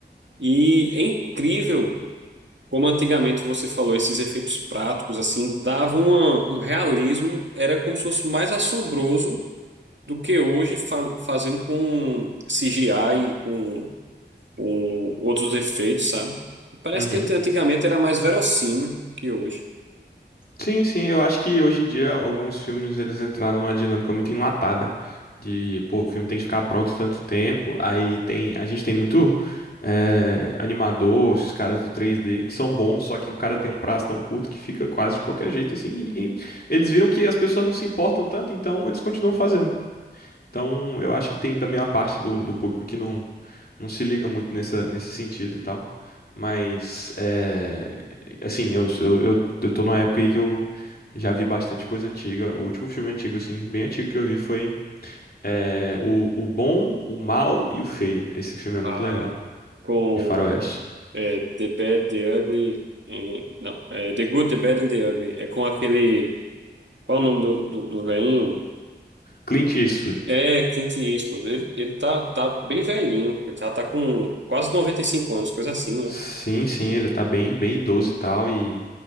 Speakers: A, on the right; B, on the left.
A: E é incrível como antigamente você falou esses efeitos práticos assim, davam uma- um realismo, era como se fosse mais assombroso do que hoje fa- fazendo com CGI e com ou outros efeitos, sabe? Parece
B: Uhum.
A: que ante- antigamente era mais verossímil que hoje.
B: Sim, sim, eu acho que hoje em dia alguns filmes eles entraram numa dinâmica muito enlatada de, pô, o filme tem que ficar pronto em tanto tempo, aí tem, a gente tem muito eh, animador, esses caras do 3D que são bons, só que o cara tem um prazo tão curto que fica quase de qualquer jeito assim, e ninguém, eles viram que as pessoas não se importam tanto, então eles continuam fazendo. Então, eu acho que tem também uma parte do, do público que não, não se liga muito nessa, nesse sentido e tal. Mas, é, assim, eu, eu, eu, eu tô numa época aí que eu já vi bastante coisa antiga. O último filme antigo, assim, bem antigo que eu vi foi é, o, o Bom, o Mal e o Feio. Esse filme é muito
A: Ah,
B: legal.
A: com
B: De Faroeste.
A: é, The Bad, The Ugly. eh, não, é The Good, The Bad and The Ugly. É com aquele. Qual o nome do, do, do velhinho?
B: Clint Eastwood.
A: É Clint Eastwood. Ele, ele tá, tá bem velhinho. Ele tá, tá com quase 95 anos, coisa assim,
B: Sim,
A: né?
B: sim, ele tá bem, bem idoso e tal, e